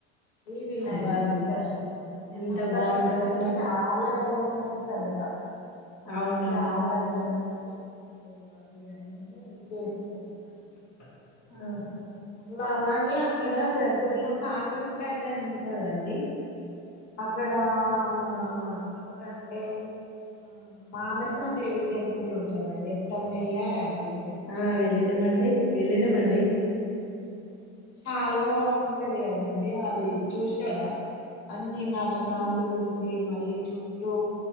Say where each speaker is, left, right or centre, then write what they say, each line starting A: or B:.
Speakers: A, on the left (about 75°); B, on the left (about 45°).
A: ఈ వినాయకుడు
B: అబ్బా ఎంత
A: గూడా
B: ఎంత
A: సంకష్ట
B: బాగుంటదండి
A: రోజు
B: అప్
A: చాలా జనమొస్తరట
B: అవునా
A: చాలా జనం అచ్చి పూజలు అవి అన్నీ చేసుకుం <inaudible>
B: ఆ
A: <inaudible> అలా కి అక్కడ దగ్గర్లో కాసంపేట అని ఉంటదండి అక్ క్కడ మనా ఎవరండి <inaudible> మానసదేవి టెంపుల్ ఉంటదండి ఎప్పుడున్న వెళ్ళారాండి
B: ఆ వెళ్ళినమండి వెళ్ళిన మండి
A: చాలా బాగుంటది కదండి అది చూసారా, అన్ని నవనాగులు ఉంటాయి మళ్ళీ చుట్టూ